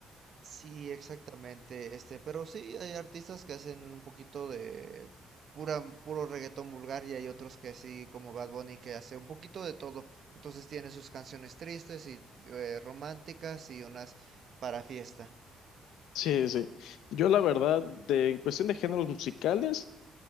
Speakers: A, on the right; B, on the left.
A: Sí, exactamente, este, pero sí hay artistas que hacen un poquito de pura, puro reggaetón vulgar y hay otros que sí, como Bad Bunny que hace un poquito de todo. Entonces tiene sus canciones tristes y eh, románticas y unas para fiesta.
B: Sí, sí. Yo la verdad, de, en cuestión de géneros musicales,